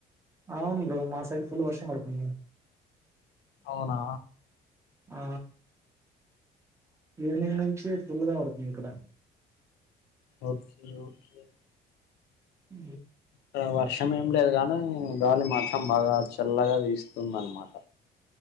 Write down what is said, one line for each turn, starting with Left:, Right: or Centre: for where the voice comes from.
Right: అవును బ్రో మా సైడ్ ఫుల్ వర్షం పడుతుంది.
Left: అవునా
Right: ఆ ఈవెనింగ్ నుంచి ఫుల్గా పడుతుంది ఇక్కడ
Left: ఓకే ఓకే
Right: ఉ
Left: ఇక్కడ వర్షం ఏం లేదు గానీ గాలి మాత్రం బాగా చల్లగా వీస్తుందన్మాట.